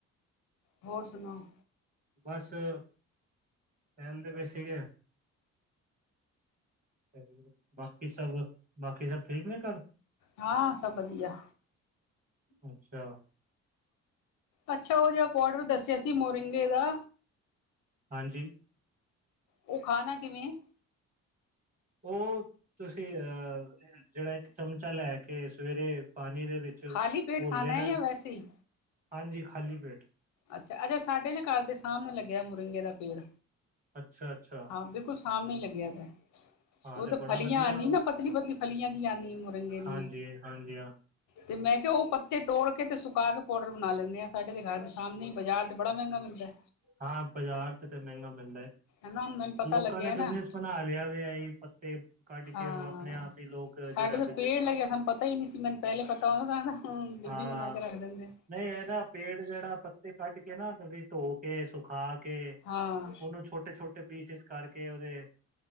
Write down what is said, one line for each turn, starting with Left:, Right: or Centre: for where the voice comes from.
Left: ਹੋਰ ਸੁਣਾਓ
Right: ਬਸ ਟਹਿਲ ਦੇ ਪੇ ਸੀਗੇ <unintelligible> ਸਹੀ ਬਾਕੀ ਸਭ ਬਾਕੀ ਸਭ ਠੀਕ ਨੇ ਘਰ?
Left: ਹਾਂ ਸਭ ਵਧੀਆ।
Right: ਅੱਛਾ।
Left: ਅੱਛਾ ਉਹ ਜਿਹੜਾ ਪਾਊਡਰ ਦੱਸਿਆ ਸੀ ਮੋਰਿੰਗੇ ਦਾ
Right: ਹਾਂਜੀ।
Left: ਉਹ ਖਾਣਾ ਕਿਵੇਂ
Right: ਉਹ ਤੁਸੀਂ ਅਹ ਜਿਹੜਾ ਇੱਕ ਚਮਚਾ ਲੈ ਕੇ ਸਵੇਰੇ ਪਾਣੀ ਦੇ ਵਿੱਚ
Left: ਖਾਲੀ ਪੇਟ
Right: ਘੋਲ
Left: ਖਾਨਣਾ
Right: ਲੈਣਾ
Left: ਹੈ ਜਾਂ
Right: ਐ।
Left: ਵੈਸੇ ਹੀ।
Right: ਹਾਂਜੀ ਖਾਲੀ ਪੇਟ।
Left: ਅੱਛਾ -ਅੱਛਾ ਸਾਡੇ ਦੇ ਘਰ ਦੇ ਸਾਹਮਣੇ ਲੱਗਿਆ ਮੁਰਿੰਗੇ ਦਾ ਪੇੜ
Right: ਅੱਛਾ-ਅੱਛਾ,
Left: ਹਾਂ ਬਿਲਕੁਲ ਸਮਣੇ ਲੱਗਿਆ ਤੇ
Right: ਹਾਂ
Left: ਉਹ ਤੇ
Right: ਬੜਾ
Left: ਫਲੀਆਂ
Right: ਵਧੀਆ
Left: ਆਉਂਦੀ
Right: ਉਹ
Left: ਨਾ ਪਤਲੀ ਪਤਲੀ ਫਲੀਆਂ ਜਿਹੀ ਆਉਂਦੀ ਮੁਰੰਗੇ ਦੀਆਂ।
Right: ਹਾਂਜੀ-ਹਾਂਜੀ ਹਾਂ।
Left: ਤੇ ਮੈਂ ਕਿਹਾ ਉਹ ਪੱਤੇ ਤੋੜ ਕੇ ਤੇ ਸੁਕਾ ਕੇ ਪਾਊਡਰ ਬਣਾ ਲੈਂਦੇ ਆਾਂ ਸਾਡੇ ਦੇ ਘਰ ਦੇ ਸਾਹਮਣੇ ਬਾਜ਼ਾਰ ਤੇ ਬੜਾ ਮਹਿੰਗਾ ਮਿਲਦਾ।
Right: ਹਾਂ ਬਾਜ਼ਾਰ ਚ ਤੇ ਮਹਿੰਗਾ ਮਿਲਦਾ ਹੈ,
Left: ਹਨਾ ਹੁਣ ਮੈਨੂੰ ਪਤਾ
Right: ਲੋਕਾਂ
Left: ਲੱਗਿਆ
Right: ਨੇ
Left: ਨਾ
Right: ਬਿਜਨਸ ਬਣਾ ਲਿਆ ਵੀ ਸੀ ਪੱਤੇ ਕੱਢ
Left: ਹਾਂ
Right: ਕੇ ਉਹ ਆਪਣੇ ਆਪ ਹੀ ਲੋਕ
Left: ਸਾਡੇ
Right: ਜਿਹੜਾ
Left: ਤਾਂ
Right: ਬਿਜਨਸ
Left: ਪੇੜ
Right: ਬਣਾਉਂਦੇ
Left: ਲੱਗਿਆ ਸਾਨੂੰ
Right: ਨੇ।
Left: ਪਤਾ ਹੀ ਨਹੀਂੀ ਸੀ, ਮੈਨੂੰ ਪਹਿਲੇ ਪਤਾ ਉਹਦਾਦਾ ਹਣ ਡਿੱਬੀ
Right: ਹਾਂ
Left: ਬਣਾ ਕੇ ਰੱਖ ਦਿੰਦੇ ਆ
Right: ਨਹੀਂ ਇਹਦਾ ਪੇੜ ਜਿਹੜਾ ਪੱਤੇ ਕੱਢ ਕੇ ਨਾ ਤੁਸੀਂ ਧੋ ਕੇ ਸੁਖਾ ਕੇ
Left: ਹਾਂ
Right: ਉਹਨੂੰ ਛੋਟੇ ਛੋਟੇ ਪੀਸਿਸ ਕਰਕੇ ਉਹਦੇ,